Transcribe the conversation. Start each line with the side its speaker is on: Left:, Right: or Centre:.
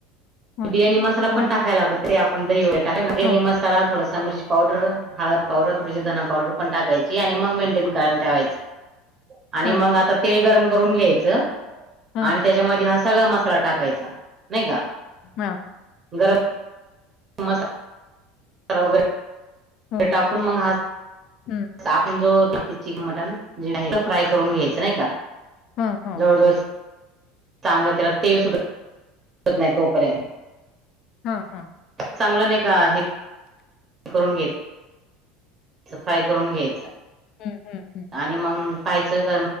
Left: हं,
Right: बिर्याणी मसाला
Left: हं,
Right: पण टाकाय लागतो ते आपण दही व टा बि्याणी
Left: हं.
Right: मसाला थोडासा मिर. पावडर हळद पावडर थोडीशी धना पावडर पण टाकायची आणि मग मेंटेन करायला ठेवायचं. आणि
Left: हं,
Right: मग आता
Left: हं,
Right: तेल गरम करून घ्यायचं.
Left: हं,
Right: आणि त्याच्यामध्ये हा सगळा मसाला टाकायचा नाही का.
Left: हा.
Right: गरमसा वगे
Left: हो.
Right: टाकून म ह.
Left: हं.
Right: आपण जो चिकन मटन जे आहे त फ्राय करून घ्यायच नाही का.
Left: हा हा.
Right: होऊ. चांगलं त्याला तेल सुट. नाही तोपर्यंत.
Left: हा हा.
Right: चांगलं नाही का आहे. ते करून घ्याय. सफाई करून घे.
Left: हम् हम् हम.
Right: आणि मग पाहायचं का.